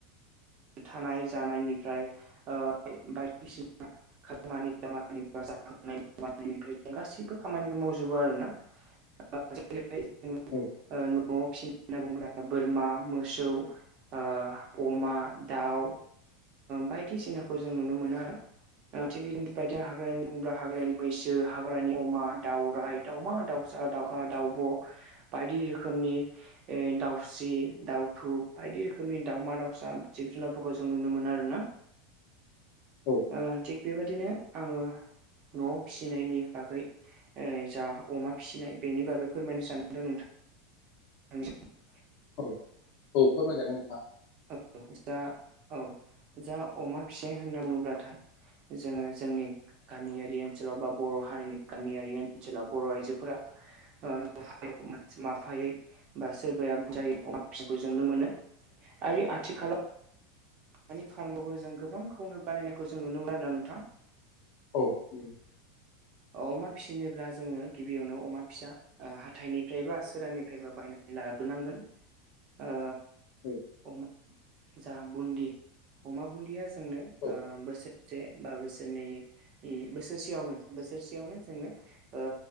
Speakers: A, on the right; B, on the left.
A: थानाय जानायनिफ्राय ओ बायदिसिना खामानि दामानिनायनिफ्राय जों गासैबो खामानिखौ मावजोबो आरोना <inaudible> फ्राय जोङो
B: औ
A: न'आव फिसिनो होनना बुङोब्ला बोरमा मोसौ ओ अमा दाउ बायदिसिनाखौ जों नुनो मोनो आरो थिग बिदिनो बायदि हाग्रानो बुंङोब्ला हाग्रायानि मैसो हाग्रानि अमा दाउराइ दाउमा दाउसा दाउखा दाउब' बायदि रोखोमनि ए दाउस्रि दाउथु बायदि रोखोम खोमनि दावमा दावसा जिब जुनारफोरखौ जों नुनो मोनो आरोना
B: औ
A: ओ थिग बेबायदिनो आङो न'वाव फिसिनायनि बागै उ जा अमा फिसिनाय बेनि बागै फोरमायनो सानदों नोंथां <unintelligible>
B: औ औ फोरमायजागोन नोंथां
A: औ जा औ जा अमा फिसि होनना बुङोलाथाय जोङो जोंनि गामियारि ओनसोलाव बा बर' हारि गामियारि ओनसोलाव बर' आइजोफोरा ओ मास माफायै बा सोरबाया बोरजायै अमा फिसिनायखौ जों ननो मोनो आइ आथिखालाव दानि फारामबो जों गोबांखौनो बानायनायखौ जों नुनो मोनो आरोना नोंथां
B: औ उम
A: अमा फिसिनोब्ला जोङो गिबियावनो अमा फिसा ओ हाथाइनिफ्राय बा सोरानिफ्रायबा बायनानै लाबो नांगोन ओ
B: औ
A: अमा जा बुन्दि अमा बुन्दिया जोंनो
B: औ
A: ओ बोसोर से बा बोसोरनै-नै बोसोरसेयावनो बोसोरसेयावनो जोंनो ओ